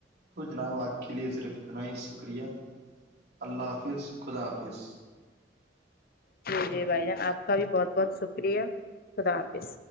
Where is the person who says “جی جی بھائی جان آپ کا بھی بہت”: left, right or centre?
Left